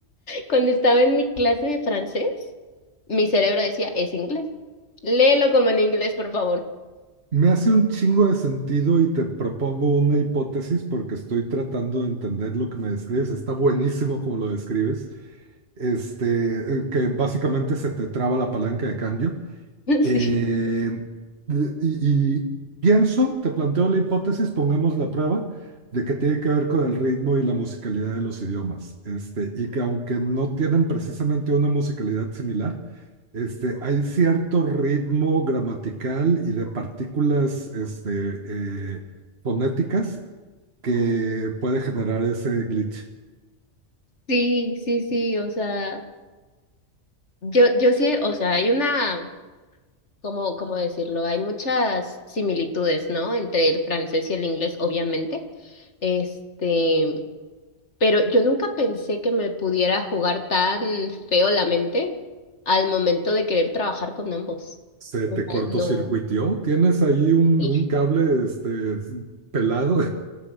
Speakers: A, on the left (about 60°); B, on the right (about 50°).
A: cuando estaba en mi clase de francés, mi cerebro decía, es inglés. Léelo como en inglés, por favor.
B: Me hace un chingo de sentido y te propongo una hipótesis porque estoy tratando de entender lo que me describes. Está buenísimo como lo describes. Este, eh, que básicamente se te traba la palanca de cambio.
A: <laughs>
B: Eh, y, y pienso, te planteo la hipótesis, pongamos la prueba, de que tiene que ver con el ritmo y la musicalidad de los idiomas. Este, y que aunque no tienen precisamente una musicalidad similar, este, hay cierto ritmo gramatical y de partículas este, eh, fonéticas que puede generar ese glitch.
A: Sí, sí, sí, sí, o sea, yo, yo sí, o sea, hay una, como, cómo decirlo? Hay muchas similitudes, ¿no? Entre el francés y el inglés, obviamente. Este, pero yo nunca pensé que me pudiera jugar tan feo la mente al momento de querer trabajar con ambos.
B: Se
A: O
B: te
A: sea,
B: cortocircuitió,
A: no.
B: tienes ahí un,
A: <laughs>
B: un cable este, pelado.